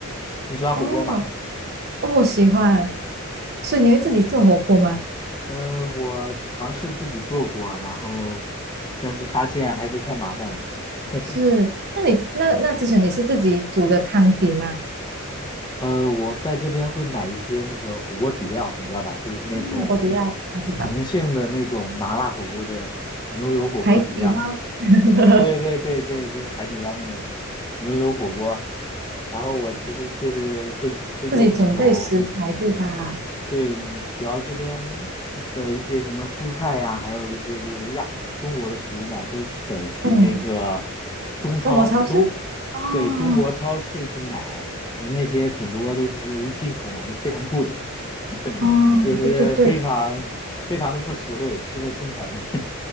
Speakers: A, on the left; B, on the right.
A: 你喜欢火锅吗？
B: 哦哦，我喜欢，所以你会自己做火锅吗？
A: 嗯，我尝试自己做过，然后但是发现还是太麻烦了。<laughs>
B: 是，那你那那之前你是自己煮的汤底吗？
A: 呃，我在这边会买一些那个火锅底料，你知道吧？就是那种
B: 嗯，火锅底料不知道，
A: 重庆的那种麻辣火锅的牛油火锅底料。
B: 海底捞 <laughs>
A: 对对对对，就是海底捞那种牛油火锅。然后我其实就是会会有那种。
B: 自己准备食材对吧？
A: 对，嗯主要这边的一些什么蔬菜呀，还有一些就是亚中国的食物嘛，都是得去那个
B: 嗯，
A: 中超中，
B: 中国超市。哦
A: 对，中国超市去买，而那些很多都是由于进口嘛，就非常贵，<laughs>
B: 哦，
A: 就是非常非常的不实惠，
B: 对对对，
A: 吃的心疼。